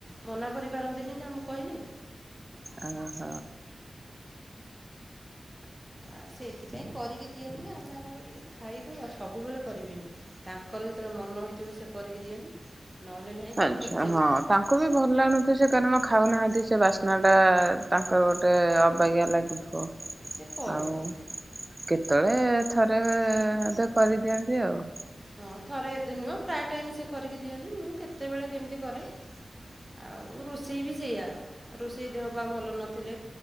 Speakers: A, on the right; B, on the right.
A: ମନା କରିପାରନ୍ତିନି ନା ମୁଁ କହିଲେ।
B: ଅ ହ।
A: ଆଉ ସେଇଥିପାଇଁ କରିକି ଦିଅନ୍ତି ଆମେ ଆମର ଟିକେ ଖାଇଦଉ, ଆଉ ସବୁବେଳେ କରିବେନି। ତାଙ୍କର ଯେତେବେଳେ ମନ ହେଇଥିବ ସେ କରିକି ଦିଅନ୍ତି। ନହେଲେ ନାହିଁ କହିବେ
B: ଆଚ୍ଛା
A: ନିଜେ
B: ହଁ।
A: କର
B: ତାଙ୍କୁ ବି ଭଲ ଲାଗୁନଥିବ ସିଏ କାରଣ ଖାଉନାଆନ୍ତି ସେ ବାସ୍ନାଟା ତାଙ୍କୁ ଗୋଟେ ଅବାଗିଆ ଲାଗୁଥୁ ହଁ
A: ସେ କରନ୍ତି।
B: ଆଉ କେତେବେଳେ ଥରେ ଅଧେ କରିଦିଅନ୍ତି ଆଉ।
A: ହଁ ଥରେ ଅଧେ ନୁହଁ ପ୍ରାୟ ଟାଇମି ସିଏ କରିକି ଦିଅନ୍ତି ମୁଁ କେତେବେଳେ କେମତି କରେ। ଆଉ ରୋଷେଇ ବି ସେଇଆ। ରୋଷେଇ ଦେହ ପା ଭଲ ନଥିଲେ